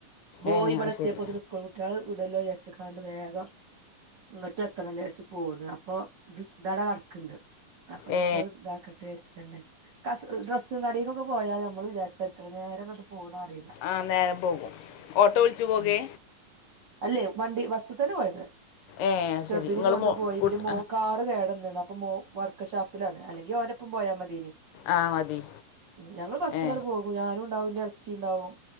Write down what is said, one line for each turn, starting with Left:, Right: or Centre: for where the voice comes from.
Right: പോയി
Left: ഏ
Right: ഇവിടെ
Left: അത്
Right: എത്തിയപ്പോന്
Left: ശരി
Right: സ്കൂൾ ട്ട്യാളെ വിടലോ വിചാരിച്ചാണ്ട് വേഗം ഇങ്ങട്ട് എത്തണല്ലോച്ച് പോന്ന് അപ്പൊ ഇത് ഇതാട കടക്ക്ണ്ട് അപ്പൊ ഇനിയിപ്പോ
Left: ഏ
Right: ഇതാക്കട്ടെ വിചാരിച്ചാണ്ട് കസവ് ഡ്രെസ്സും കടക്കൊക്കെ പോയാൽ നമ്മൾ വിചാരിച്ച നേരം ഇങ്ങട്ട് പോണ അറിയില്ല
Left: ആ നേരം പോകും ഓട്ടോ വിളിച്ചു പോകേ
Right: ഉം അല്ലേ വണ്ടി ബസ്ത്തന്നെ പോയത്
Left: ഏ അത്
Right: ചെറുതിനേ
Left: ശരി ഇങ്ങള്
Right: കൊണ്ടു
Left: മോ
Right: പോയി
Left: കുട്ട്
Right: പിന്നെ മോൻ കാറ് കേടന്നണ് അപ്പൊ മോ വർക്ക്ഷോപ്പിലാണ് അല്ലെങ്കിൽ ഓന്റൊപ്പം പോയാൽ മതിനിം
Left: ആ മതി
Right: ഞങ്ങള് ബസ്സിലണ്
Left: ഏ
Right: പോകും ഞാനും ഉണ്ടാവും ഇന്റെ എളച്ചി ഉണ്ടാവും